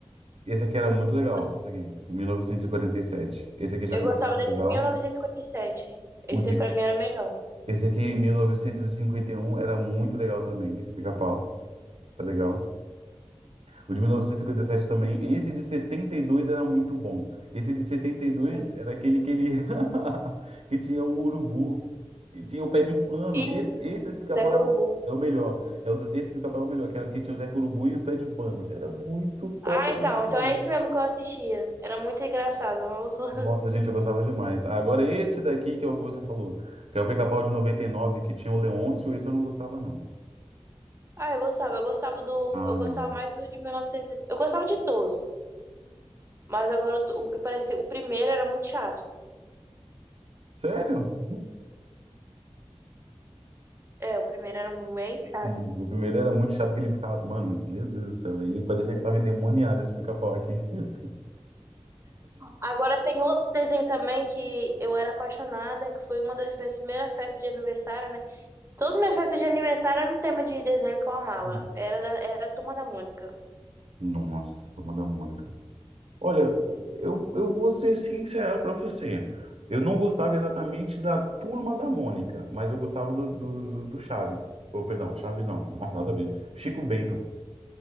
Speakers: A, on the right; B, on the right.
A: esse aqui era muito legal,
B: Eu gos-
A: esse aqui, em 1947. Esse aqui já
B: eu
A: começou
B: gostava
A: a
B: desse
A: ser legal.
B: 1957.
A: O
B: Esse
A: de,
B: aí pra mim era o melhor.
A: esse aqui, em 1951, era muito legal também, esse pica-pau, tá legal. O de 1957 também. Esse de 72 era muito bom. Esse de 72
B: Sim.
A: era aquele que ele <laughs> que tinha o urubu, e tinha o pé de pano.
B: Isso.
A: Esse, esse pica-pau
B: Zé Curubu.
A: é o, é o melhor. É o do- esse pica-pau é o melhor, que era o que tinha o Zé Urubu e o pé de pano. Era muito top.
B: Ah,
A: era
B: então.
A: muito
B: Então
A: melhor.
B: é esse mesmo que eu assistia. Era muito engraçado. nossa. <laughs>
A: Nossa, gente, eu gostava demais. Ah, agora esse daqui que é o que você falou, que é o pica-pau de 99 que tinha o Leôncio, esse eu não gostava não.
B: Ah, eu gostava. Eu gostava do.
A: Ah,
B: Eu gostava
A: não.
B: mais do de 1900. Eu gostava de todos. Mas agora o o que parecia. O primeiro era muito chato.
A: Sério?
B: É, o primeiro era bem
A: Sim,
B: chato.
A: o primeiro era muito chato que ele ficava. Mano, meu Deus do céu, ele parecia que tava endemoniado esse pica-pau aqui. <laughs>
B: Agora tem outro desenho também que eu era apaixonada, que foi uma das minhas primeiras festas de aniversário, né? Todas as minhas festas de aniversário eram um tema de desenho que eu amava.
A: Hum.
B: Era, da, era a Turma da Mônica.
A: Nossa, turma da Mônica. Olha, eu, eu vou ser sincero pra você. Eu não gostava exatamente da turma da Mônica, mas eu gostava do, do, do Chaves. Oh, perdão, Chaves não. Nossa, nada a ver. Chico Bento.